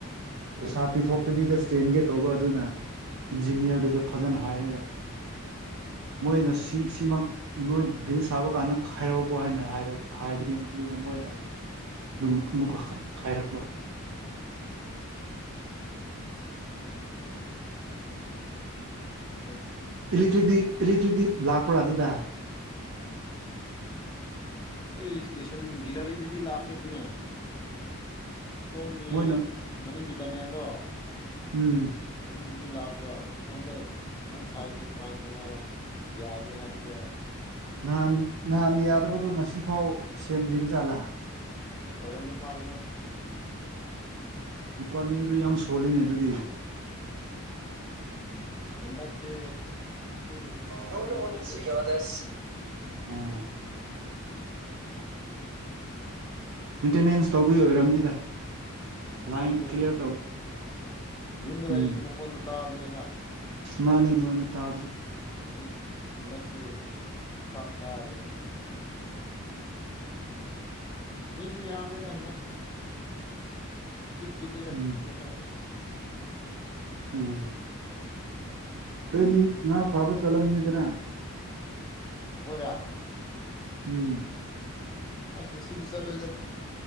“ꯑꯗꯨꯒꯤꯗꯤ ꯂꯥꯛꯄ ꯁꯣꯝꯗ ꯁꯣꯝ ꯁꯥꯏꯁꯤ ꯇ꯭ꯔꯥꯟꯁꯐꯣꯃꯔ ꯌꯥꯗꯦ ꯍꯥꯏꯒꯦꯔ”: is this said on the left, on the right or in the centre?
Left